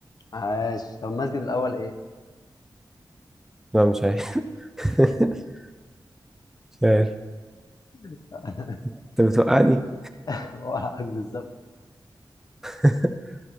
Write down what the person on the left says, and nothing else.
عاش طب المسجد الاول ايه
<laughs>
هو عاش بالظبط